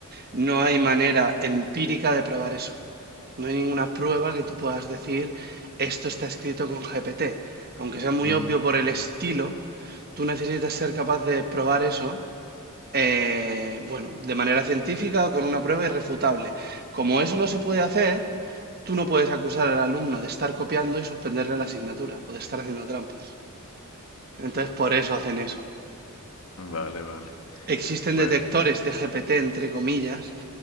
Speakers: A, on the right (about 45°); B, on the left (about 70°).
A: no hay manera empírica de probar eso. No hay ninguna prueba que tú puedas decir esto está escrito con GPT. Aunque sea muy
B: Ujú,
A: obvio por el estilo, tú necesitas ser capaz de probar eso eh, bueno, de manera científica o con una prueba irrefutable. Como eso no se puede hacer, tú no puedes acusar al alumno de estar copiando y suspenderle la asignatura o de estar haciendo trampas. Entonces, por eso hacen eso.
B: ujú. Vale, vale.
A: Existen
B: Bueno.
A: detectores de GPT, entre comillas,